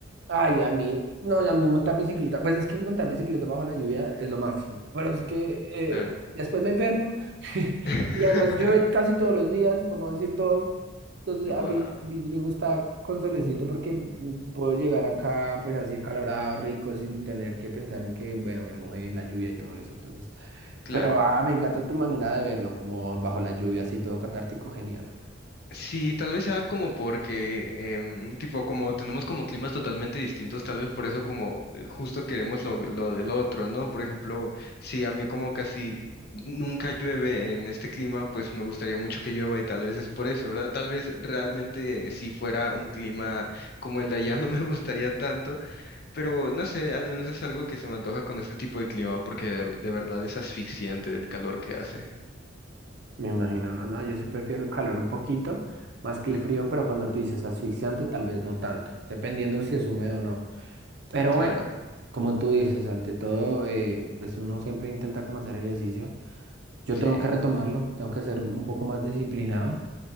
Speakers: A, on the right; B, on the left.
A: Ay, a mí, no, y a mí montar bicicleta, pues es que montar bicicleta bajo la lluvia es lo máximo, pero es que eh,
B: Claro.
A: después me enfermo <laughs>
B: <laughs>
A: y además llueve casi todos los días, por no decir todos, entonces, a
B: Guau,
A: mí, a mí sí me gusta con solecito porque mm, puedo llegar acá, pues así acalorado, rico, sin tener que pensar en que, bueno, me mojé en la lluvia y todo eso. Entonces,
B: claro.
A: pero ah, me encanta tu manera de verlo, como bajo la lluvia, así todo catártico, genial.
B: Sí, tal vez sea como porque, em, tipo, como tenemos como climas totalmente distintos, tal vez por eso como eh, justo queremos lo, lo del otro, ¿no? Por ejemplo, si a mí como casi nunca llueve en este clima, pues me gustaría mucho que llueva y tal vez es por eso, ¿verdad? Tal vez realmente eh, si fuera un clima como el de allá <laughs> no me gustaría tanto, pero no sé, al menos es algo que se me antoja con este tipo de clima porque de, de verdad es asfixiante el calor que hace.
A: Me imagino, no, no, yo sí prefiero el calor un poquito más que
B: Ujú,
A: el frío, pero cuando tú dices asfixiante, tal vez no tanto, dependiendo si es húmedo o no. Pero
B: claro,
A: bueno, como tú dices, ante todo, eh, pues uno siempre intenta como hacer ejercicio. Yo
B: sí.
A: tengo que retomarlo, tengo que ser un poco más disciplinado